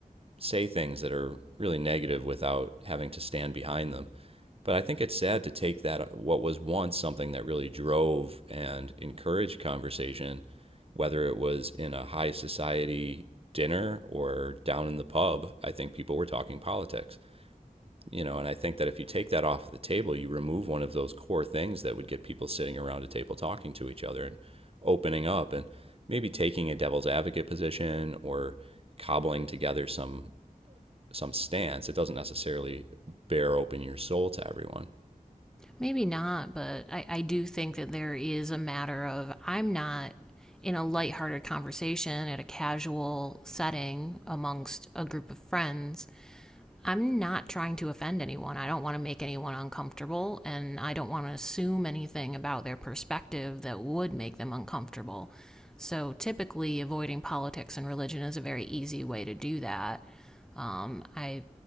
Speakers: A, on the right; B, in the centre.
A: say things that are really negative without having to stand behind them. But I think it's sad to take that uh, what was once something that really drove and encouraged conversation, whether it was in a high society dinner or down in the pub, I think people were talking politics. You know, and I think that if you take that off the table, you remove one of those core things that would get people sitting around a table talking to each other and opening up and maybe taking a devil's advocate position or cobbling together some some stance. It doesn't necessarily bear open your soul to everyone.
B: Maybe not, but I, I do think that there is a matter of I'm not in a lighthearted conversation at a casual setting amongst a group of friends. I'm not trying to offend anyone. I don't want to make anyone uncomfortable, and I don't want to assume anything about their perspective that would make them uncomfortable. So typically, avoiding politics and religion is a very easy way to do that. Um, I